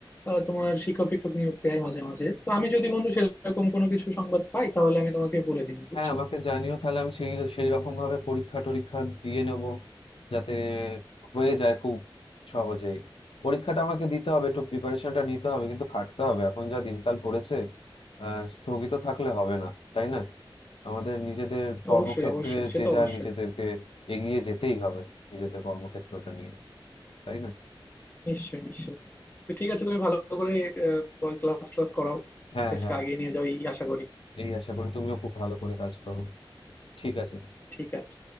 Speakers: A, on the left; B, on the left.
A: আহ, তোমার শিক্ষক টিক্ষক নিয়োগ দেয় মাঝে মাঝে তো আমি যদি বন্ধু সেরকম কোনো কিছু সংবাদ পাই তাহলে আমি তোমাকে বলে দিব বুঝছো
B: হ্যাঁ আমাকে জানিও তাহলে আমি সেই সেই রকম ভাবে পরীক্ষা টরীক্ষা দিয়ে নেব যাতে হয়ে যায় খুব সহজেই পরীক্ষাটা আমাকে দিতে হবে একটু প্রিপারেশনটা নিতে হবে কিন্তু খাটতে হবে এখন যা দিনকাল পড়েছে আহ স্থগিত থাকলে হবে না তাই না আমাদের নিজেদের কর্মক্ষেত্রে
A: অবশ্যই অবশ্যই সে
B: যে
A: তো
B: যা
A: অবশ্যই
B: নিজেদেরকে এগিয়ে যেতেই হবে নিজেদের কর্মক্ষেত্রটা নিয়ে তাই না
A: নিশ্চয়ই নিশ্চয়ই তো ঠিক আছে তুমি ভালো করে ক্লাস ক্লাস করাও
B: হ্যাঁ
A: দেশকে
B: হ্যাঁ
A: আগিয়ে নিয়ে যাও এই আশা করি
B: এই আশা করি তুমিও খুব ভালো করে কাজ করো ঠিক আছে
A: ঠিক আছে